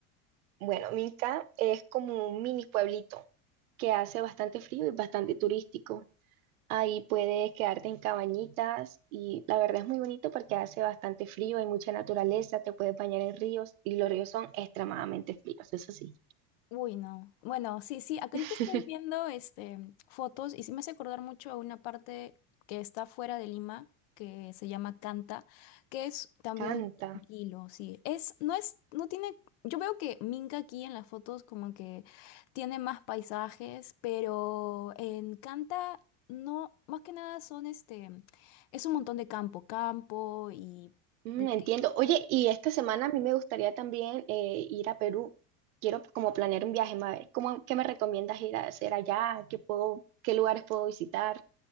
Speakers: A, on the right; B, on the left.
A: Bueno, Minca es como un mini pueblito que hace bastante frío y bastante turístico. Ahí puedes quedarte en cabañitas y la verdad es muy bonito porque hace bastante frío, hay mucha naturaleza, te puedes bañar en ríos y los ríos son extremadamente fríos, eso sí.
B: Uy, no. Bueno, sí, sí, acá ahorita
A: <laughs>
B: estoy viendo este, fotos y sí me hace acordar mucho a una parte que está fuera de Lima, que se llama Canta, que es también
A: Canta.
B: tranquilo, sí. Es, no es, no tiene, yo veo que Minca aquí en las fotos como que tiene más paisajes, pero en Canta no, más que nada son este, es un montón de campo, campo y...
A: Mm,
B: lo
A: entiendo.
B: que-
A: Oye, y esta semana a mí me gustaría también eh, ir a Perú. Quiero como planear un viaje, ma- ¿Cómo, qué me recomiendas ir a hacer allá? ¿Qué puedo, qué lugares puedo visitar?